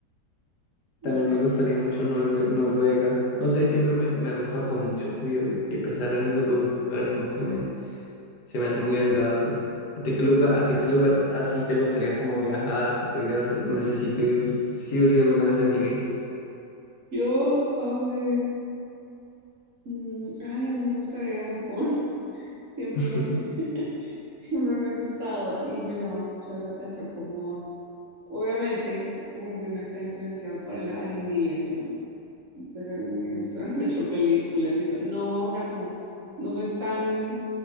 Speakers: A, on the left (about 75°); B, on the right (about 60°).
A: También
B: ok.
A: me gustaría mucho Norue- Noruega. No sé, siempre me, me ha gustado con mucho el frío y, y pensar en esos lugares como que me, Se me hace muy agradable. ¿A ti qué lugar, a ti qué lugar así te gustaría como viajar? Que tú digas, necesito ir sí o sí alguna vez en mi vida.
B: Yo, a ver, mm, ay, a mí me gustaría ir a Japón, <laughs> siempre
A: <laughs>
B: me, siempre me ha gustado y me llama mucho la atención como Obviamente, como que uno está influenciado por el anime y eso, ¿no? Y pues a mí me gustan <laughs> mucho películas y eso. No, o sea, como no soy tan